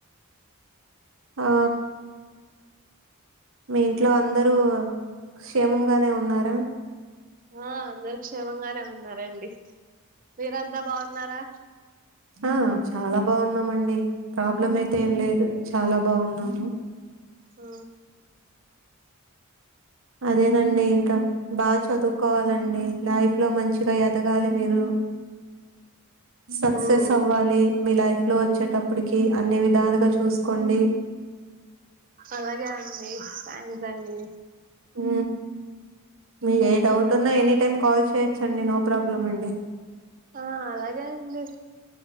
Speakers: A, on the right; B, on the right.
A: ఆ మీ ఇంట్లో అందరూ క్షేమంగాగానే ఉన్నారా
B: ఆ అందరు క్షేమంగానే ఉన్నారండి మీర ఎంతా బాగున్నారా
A: ఆ చాలా బాగున్నామండి ప్రాబ్లం అయితే ఏం లేదు చాలా బాగున్నాము
B: ఆ
A: అదేనండి ఇంకా బాగా చదువుకోవాలండి లైఫ్ లో మంచిగా ఎదగాలి మీరు సక్సెస్
B: ఉమ్
A: హవాలే మలాఫ లో వచ్చేటప్పటికి అన్ని విధాలుగా చూసుకోండి
B: అలాగే అండి థ్యాంక్స్ అండి
A: హ మీ ఏ డౌట్ ఉన్నా ఎనీ టైమ్ కాల్ చేయొచ్చండి నో ప్రాబ్లం అండి
B: ఆ అలాగే అండి